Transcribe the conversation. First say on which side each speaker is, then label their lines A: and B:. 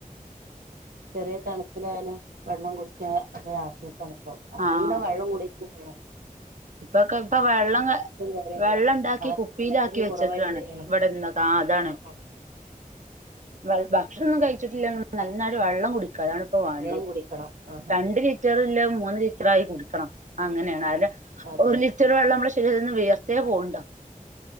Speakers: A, on the right; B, on the right.
A: ചെറ്യേ തണുപ്പിലായാലും വെള്ളം കുട്ച്ച അതൊരാശ്വസണിപ്പോ അല്ലൊം
B: ആഹ്
A: വെള്ളും കുടിക് കു <unintelligible> ണം
B: ഇപ്പൊക്കെ ഇപ്പൊ വെള്ളംങ്ങ
A: കാര്യല്ല
B: വെള്ളം ഇണ്ടാക്കി
A: അതൊക്കെ
B: കുപ്പീലാക്കി
A: വെള്ളത്തിന്
B: വെച്ചക്കാണ്
A: കുറവായിട്ട് വരാണ്
B: ഇവടെ ന്ന് ത്താതാണ്
A: ആഹ് ആഹ്
B: <unintelligible> ഭക്ഷണോന്നും കഴിച്ചിട്ടില്ലാത്തോണ്ട് നന്നായിട്ട് വെള്ളം കുടിക്കും- അതാണിപ്പോ വേണ്ടിയേ
A: വെള്ളം കുടിക്കണം ആഹ്
B: രണ്ട്
A: ആഹ്
B: ലിറ്ററല്ല മൂ മൂന്ന് ലിറ്ററായി കുടിക്കണം അങ്ങനെയാണ് <unintelligible>
A: അതെ
B: ഒരു
A: അതെ
B: ലിറ്റർ വെള്ളം <unintelligible> <unintelligible> വിയർത്തെ പോണുണ്ടോ